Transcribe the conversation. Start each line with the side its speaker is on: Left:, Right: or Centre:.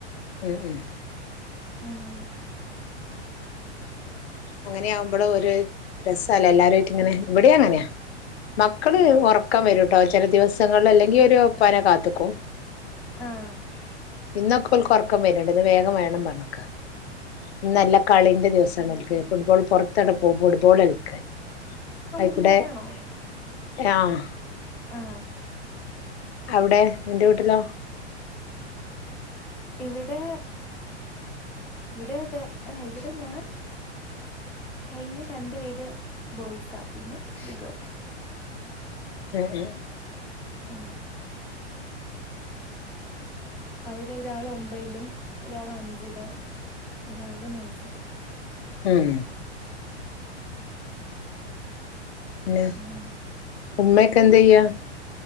Left: ഉം ഉം
Centre: ഉം
Left: അങ്ങനെ ആകുമ്പോള് ഓര് രസല്ലേ എല്ലാരും ആയിട്ട് ഇങ്ങനെ ഇവേടെ അങ്ങനെയാ മക്കള് ഉറക്കം വരുംട്ടോ ചില ദിവസങ്ങളില് അല്ലെങ്കി ഒരുപ്പാനെ കാത്ത്ക്കും
Centre: അങ്ങനെയാ
Left: ഇന്നൊക്കെ ഓൽക്ക് ഒറക്കം വര്ണ്ട് ഇന്ന് വേഗം വേണം പറഞ്ഞക്കാ ഇന്ന് നല്ല കളിന്റെ ദിവസാണ് ഓർക്ക് ഫുട്ബോൾ പുറത്തട്ട് പോക്കും ഫുട്ബോൾ കളിക്കാൻ ആയിക്കൂടെ
Centre: പിള്ളേരാണോ
Left: ആഹ്
Centre: ആ
Left: അവിടെ നിന്റെ വീട്ടിലോ
Centre: ഇവിടെ ഇവിടെ അതെ ഇവിടെ ഞാൻ കഴിഞ്ഞ രണ്ടു പേര് ബോയ്സാ പിന്നെ ഗേൾ
Left: ഹേ ഹേ
Centre: ആ അവര് ഒരാള് ഒമ്പയ്ലും ഒരാള് അഞ്ചില് ഒരാള് നേഴ്സറി
Left: ഉം പിന്നെ
Centre: ഉം
Left: ഉമ്മക്കെ എന്തെയ്യാ?